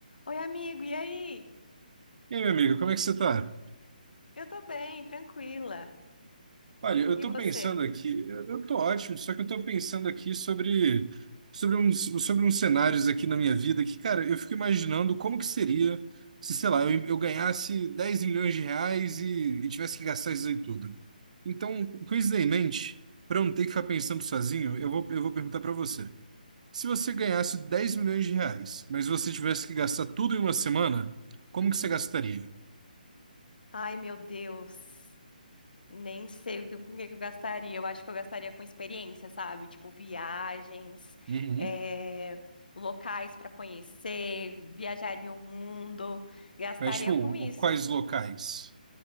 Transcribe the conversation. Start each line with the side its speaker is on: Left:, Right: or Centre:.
Left: Oi, amigo, e aí?
Right: E aí, meu amigo, como é que você tá?
Left: Eu tô bem, tranquila.
Right: Olha, eu
Left: E
Right: tô
Left: você?
Right: pensando aqui, eu eu tô ótimo, só que eu tô pensando aqui sobre, sobre uns, sobre uns cenários aqui na minha vida que, cara, eu fico imaginando como que seria se, sei lá, eu, eu ganhasse 10 milhões de reais e, e tivesse que gastar isso aí tudo. Então, com isso daí em mente, pra eu não ter que ficar pensando sozinho, eu vou, eu vou perguntar pra você. Se você ganhasse 10 milhões de reais, mas você tivesse que gastar tudo em uma semana, como que você gastaria?
Left: Ai, meu Deus. Nem sei o que, com o que que eu gastaria. Eu acho que eu gastaria com experiência, sabe? Tipo, viagens,
Right: Uhum.
Left: eh, locais pra conhecer, viajaria o mundo, gastaria
Right: Mas, tipo,
Left: com isso.
Right: quais locais?